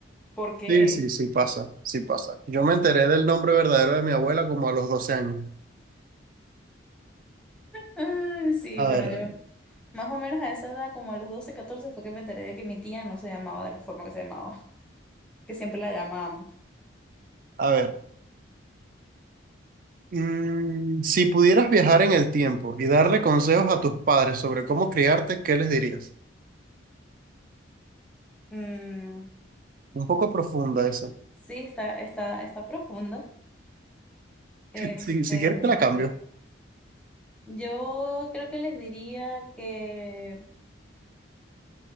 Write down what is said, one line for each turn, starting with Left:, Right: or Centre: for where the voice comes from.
Centre: ¿por qué?
Right: Sí, sí, sí pasa, sí pasa. Yo me enteré del nombre verdadero de mi abuela como a los 12 años.
Centre: Ay, sí,
Right: A
Centre: bueno,
Right: ver,
Centre: yo
Right: a ver,
Centre: más o menos a esa edad, como a los 12 14 fue que me enteré de que mi tía no se llamaba de la forma que se llamaba, <laughs> que siempre la llamábamos.
Right: a ver. Mm, si pudieras viajar en el tiempo y darle consejos a tus padres sobre cómo criarte, ¿qué les dirías?
Centre: Mm,
Right: Un poco profunda esa. <laughs>
Centre: sí, está, está, está profunda. Este,
Right: Si, si quieres te la cambio.
Centre: yo creo que les diría que...